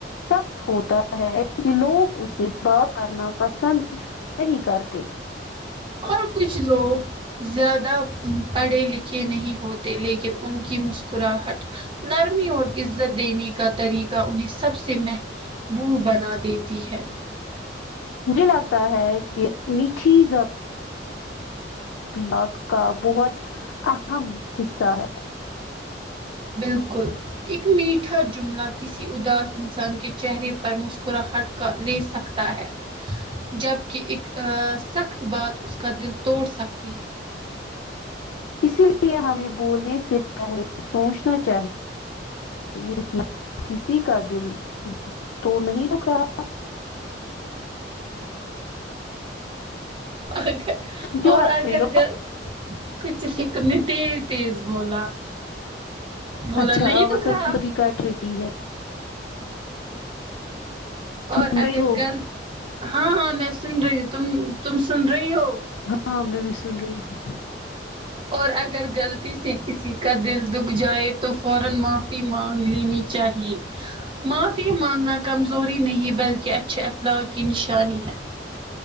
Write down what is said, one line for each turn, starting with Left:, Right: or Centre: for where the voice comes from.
Left: سخت ہوتا ہے کہ لوگ اسے بات کرنا پسند نہیں کرتے
Right: اور کچھ لوگ زیادہ پڑھے لکھے نہیں ہوتے لیکن ان کی مسکراہٹ نرمی اور عزت دینے کا طریقہ انہیں سب سے مہ مو بنا دیتی ہے
Left: مجھے لگتا ہے کہ میٹھی زب ق کا بہت اہم حصہ ہے
Right: بالکل ایک میٹھا جملہ کسی اداس انسان کے چہرے پر مسکراہٹ کر لے سکتا ہے جبک ایک سخت بات اس کا دل توڑ سکتی ہے
Left: اسی لیے ہمیں بولنے سے پہلے سوچنا چاہیے یہ کیا کسی کا دل تو نہیں دکھ رہا
Right: اگر
Left: کیوں
Right: اور
Left: ہنس
Right: اگر
Left: رہی
Right: گ کچھ نہیں تم نے تیز تیز بولا
Left: ہو
Right: بولا
Left: اچھا
Right: نہیں
Left: آواز
Right: دکھ
Left: کبھی
Right: رہا
Left: کبھی کٹ ہے سن
Right: اور اگر
Left: رہی ہو
Right: گل ہاں ہاں میں سن رہی ہوں تم تم سن رہی ہو
Left: ہاں میں بھی سن رہی ہوں
Right: اور اگر غلطی سے کسی کا دل دکھ جائے تو فورا معافی مانگ لینی چاہیے معافی مانگنا کمزوری نہیں بلکہ اچھے اخلاق کی نشانی ہے